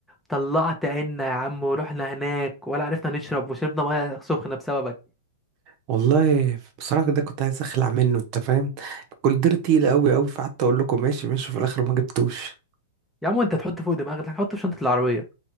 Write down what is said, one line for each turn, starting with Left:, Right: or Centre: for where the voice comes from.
Centre: طلعت عنا يا عم ورحنا هناك ولا عرفنا نشرب وشربنا مية سخنة بسببك
Right: والله بصراحة ده كنت عايز اخلع منه انت فاهم كل دير تقيل قوي قوي فقعدت اقول لكم ماشي ماشي وفي الاخر ما جبتوش
Centre: يا عم انت تحط فوق دماغك هنحطه في شنطة العربية